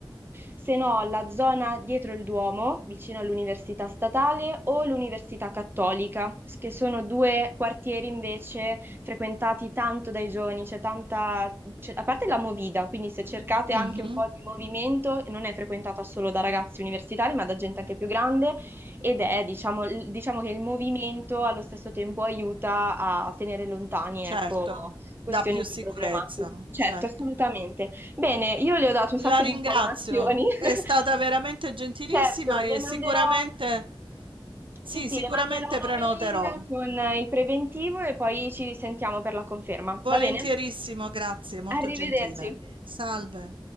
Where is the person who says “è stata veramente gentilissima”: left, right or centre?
Right